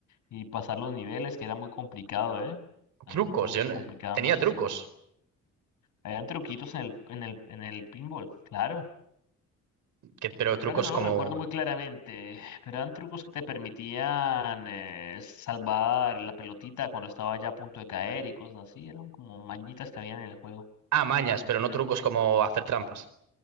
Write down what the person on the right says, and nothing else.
trucos.
Yo
no-
tenía
trucos,
que, pero trucos
como.
Ah, mañas, pero no
trucos como hacer trampas.